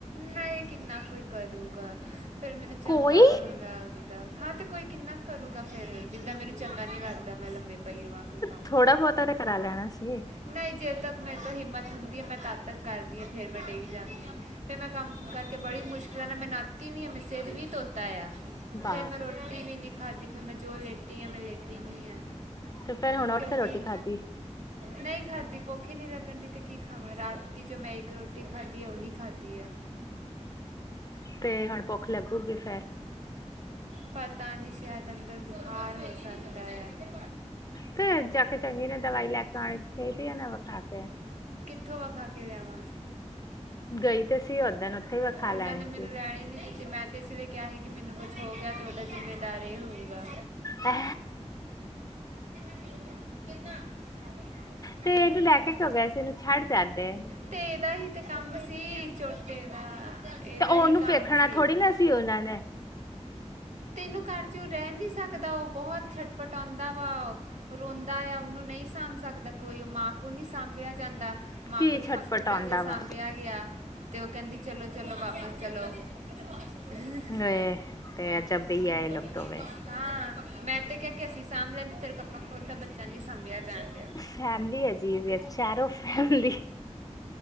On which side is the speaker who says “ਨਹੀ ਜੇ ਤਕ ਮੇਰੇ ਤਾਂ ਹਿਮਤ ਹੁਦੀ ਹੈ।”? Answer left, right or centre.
Right